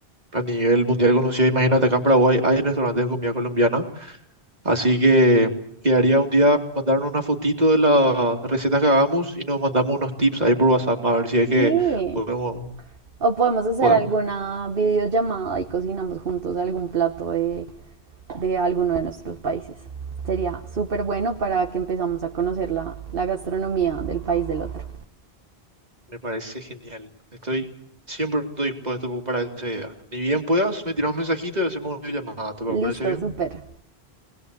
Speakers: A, on the right; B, on the right.
A: a nivel mundial conocida. Imagínate, acá en Paraguay hay restaurantes de comida colombiana, así que quedaría un día mandarnos una fotito de las recetas que hagamos y nos mandamos unos tips ahí por WhatsApp a ver si es que
B: Sí.
A: podemos,
B: O podemos hacer
A: podemos.
B: alguna videollamada y cocinamos juntos algún plato de, de alguno de nuestros países. Sería súper bueno para que empezamos a conocer la, la gastronomía del país del otro.
A: Me parece genial. Estoy siempre estoy dispuesto para esa idea. Ni bien puedas, me tiras un mensajito y hacemos una llamada. ¿Te
B: Listo,
A: parece bien?
B: súper.